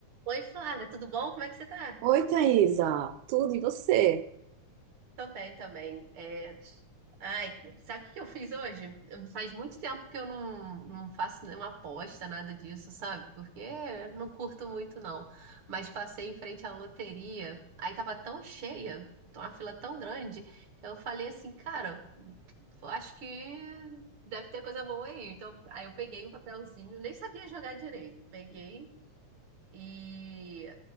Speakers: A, on the right (about 50°); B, on the right (about 80°).
A: Oi, Flávia, tudo bom? Como é que você tá?
B: Oi, Thaisa. Tudo e você?
A: Tô bem também. É, Ai, sabe o que que eu fiz hoje? Eu- Faz muito tempo que eu não, não faço nenhuma aposta, nada disso, sabe? Porque eu não curto muito, não. Mas passei em frente à loteria, aí tava tão cheia, tava uma fila tão grande, eu falei assim, cara, eu acho que deve ter coisa boa aí. Então, aí eu peguei um papelzinho, nem sabia jogar direito. Peguei e